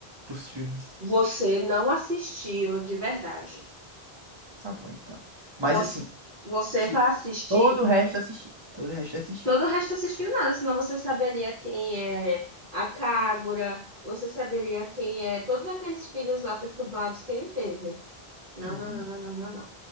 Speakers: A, on the right; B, on the right.
A: dos filmes.
B: Você não assistiu de verdade.
A: Tá bom, então. Mas
B: Você,
A: assim,
B: você
A: de-
B: vai assistir.
A: todo o resto eu assisti. Todo o resto eu assisti.
B: Todo o resto assistiu nada, senão você saberia quem é a Kagura, você saberia quem é todos aqueles filhos lá perturbados que ele teve. Não,
A: Uhum.
B: não, não, não, não, não, não.